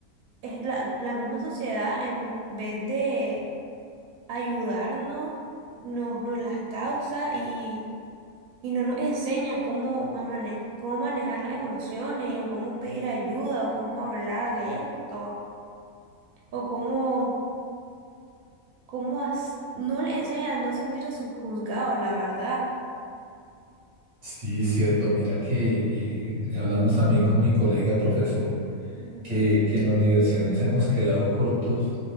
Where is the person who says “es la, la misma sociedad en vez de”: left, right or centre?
Right